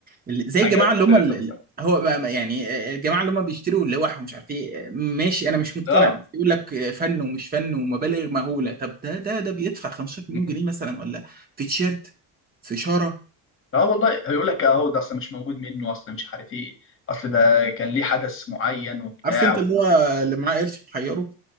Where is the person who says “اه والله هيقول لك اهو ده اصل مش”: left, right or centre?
Left